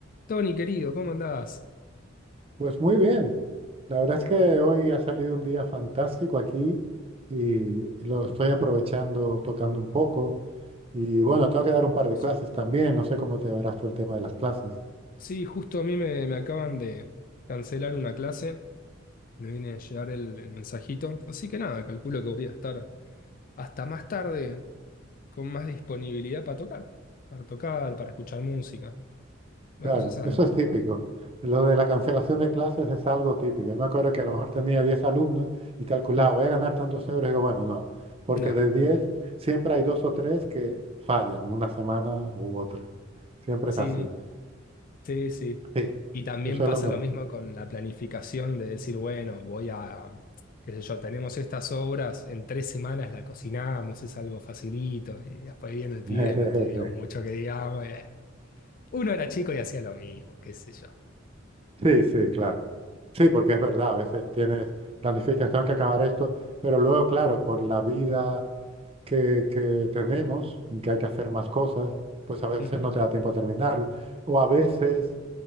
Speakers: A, on the left; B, on the right.
A: Tony, querido, ¿cómo andás?
B: Pues muy bien. La verdad es que hoy ha salido un día fantástico aquí y lo estoy aprovechando tocando un poco. Y bueno, tengo que dar un
A: Oh,
B: par de
A: sí.
B: clases también. No sé cómo te verás tú el tema de las clases.
A: Sí, justo a mí me, me acaban de cancelar una clase, me viene a llegar el, el mensajito, así que nada, calculo que voy a estar hasta más tarde con más disponibilidad para tocar, para tocar, para escuchar música, una
B: Claro,
A: cosa sana.
B: eso es típico. Lo de la cancelación de clases es algo típico. Yo me acuerdo que a lo mejor tenía 10 alumnos y calculaba,
A: Mm,
B: voy a ganar tantos euros. Y digo, bueno, no, porque
A: nada,
B: de 10 siempre hay dos o tres que fallan una semana u otra. Siempre
A: sí,
B: es así.
A: Sí, sí.
B: Sí,
A: Y también
B: eso
A: pasa
B: es lo normal.
A: lo mismo con la planificación de decir, bueno, voy a, qué sé yo, tenemos estas obras, en tres semanas la cocinamos, es algo facilito, y después viene el pibe,
B: <laughs>
A: no estudió mucho que digamos, y, eh, uno era chico y hacía lo mismo, qué sé yo.
B: Sí, sí, claro. Sí, porque es verdad, a veces tienes, planificas, tengo que acabar esto, pero luego, claro, por la vida que, que tenemos, que hay que hacer más cosas, pues a veces
A: Ujú.
B: no te da tiempo a terminarlo. O a veces,